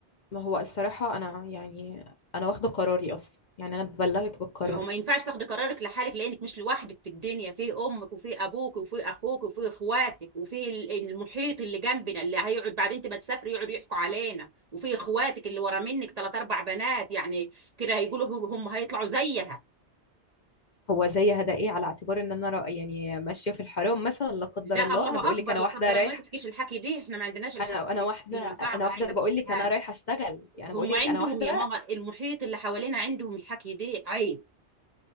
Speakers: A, on the left; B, on the right.
A: ما هو الصراحه انا يعني انا واخده قراري اصلا يعني انا ببلغك بالقرار
B: ما هو ما ينفعش تاخدي قرارك لحالك لانك مش لوحدك في الدنيا في امك وفي ابوك وفي اخوك وفي اخواتك وفي ال- المحيط اللي جنبنا اللي هيقعد بعد انت ما تسافري يقعدوا يحكوا علينا وفي اخواتك اللي ورا منك ثلاث اربع بنات يعني كده هيقولوا هم هيطلعوا زيها
A: هو زي هدايا على اعتبار ان انا را- يعني ماشيه في الحرام مثلا لا قدر
B: لا
A: الله
B: الله
A: انا بقول
B: اكبر
A: لك انا
B: لا
A: واحده
B: قدر
A: رايح
B: الله ما تحكيش الحكي دي احنا ما عندناش الحكي
A: انا انا
B: دي
A: واحده
B: كلمه
A: انا
B: صعبه
A: واحده
B: هاي ما تحكيهاش
A: بقول لك انا رايحه اشتغل يعني
B: هم
A: بقول لك
B: عندهم
A: انا واحده
B: يا ماما المحيط اللي حوالينا عندهم الحكي دي عيب